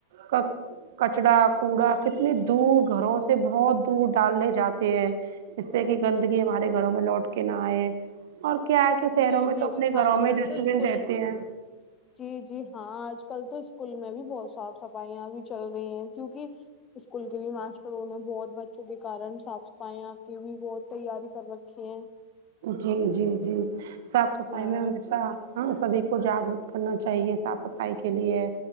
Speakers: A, on the right; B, on the left.
A: کک کچڑا کوڑا کتنی دور گھروں سے بہت دور ڈالنے جاتے ہیں اس سے کہ گندگی ہمارے گھروں میں لوٹ کے نہ آئے اور کیا ہے کہ شہروں
B: جی
A: میں
B: جی
A: تو اپنے گھروں
B: آج کل
A: میں ڈسٹ
B: تو اسکول
A: بن رہتے ہیں
B: جی جی ہاں آج کل تو اسکول میں بھی بہت صاف صفائیاں بھی چل رہی ہیں کیونکی اسکول کے بھی ماسٹروں نے بہت بچوں کے کارن صاف صفائیاں کی بھی بہت تیاری کر رکھی ہے
A: جی جی جی صاف صفائی
B: ہاں
A: میں ہمیشہ ہاں سبھی کو جاگرک کرنا چاہیے صاف صفائی کے لیے